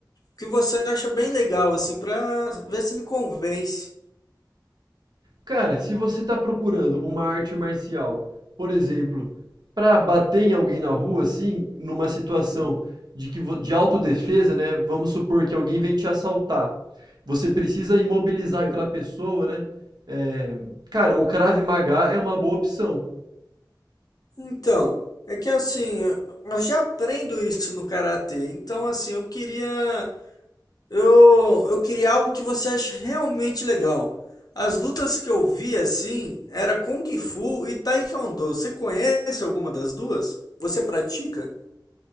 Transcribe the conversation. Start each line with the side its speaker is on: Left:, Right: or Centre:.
Left: que você acha bem legal, assim, pra ver se me convence.
Right: Cara, se você está procurando uma arte marcial, por exemplo, para bater em alguém na rua, assim, numa situação
Left: Hum,
Right: de que vo- de autodefesa, né? Vamos supor que alguém vem te assaltar. Você precisa imobilizar
Left: sei.
Right: aquela pessoa, né? É, cara, o Krav Maga é uma boa opção.
Left: Então, é que assim, eu eu já aprendo isso no karatê, então assim, eu queria Eu, eu queria algo que você ache realmente legal. As lutas que eu vi assim era Kung Fu e Taekwondo. Você conhece alguma das duas? Você pratica?